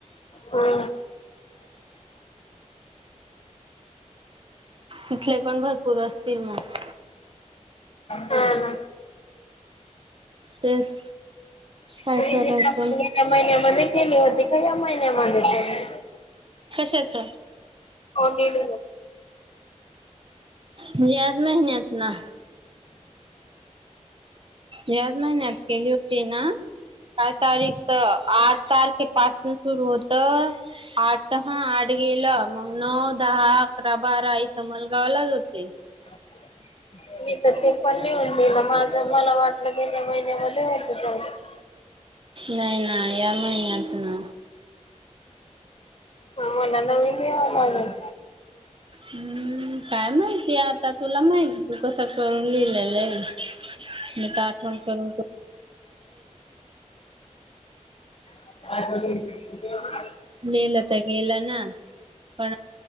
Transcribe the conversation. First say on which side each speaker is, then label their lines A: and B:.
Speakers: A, on the left (about 50°); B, on the right (about 45°).
A: हो.
B: तिथले पण भर.... पुूर असतील मग.
A: हा ना.
B: तेच काय
A: ते
B: करायचं
A: जे का ना... <unintelligible> त्या महिन्यामध्ये केली होती का या महिन्यामध्ये केले होते.
B: कशाच
A: ऑडिट
B: म्हणजे आज महिन्यात न याच महिन्यात केली होती ना काय तारीख आठ तारखेपासून सुरू होत आठ हा आठ गेलं मग नऊ दहा अकरा बारा इथं मलगावलाच होते.
A: ह <unintelligible> मी तर ते पण लिहून दिलं माझ मला वाटलं गेल्या महिन्यामध्ये होत चग. <unintelligible>
B: नाही ना या महिन्यात ना.
A: हा मला नवीन लिहायल लागल.
B: हम्म काय माहितीय आता तुला माहिती तू कस करून लिहिलेलं आहे. <unintelligible> मी तर आठवण करून
A: अ <inaudible>
B: गेलं तर गेलं ना पण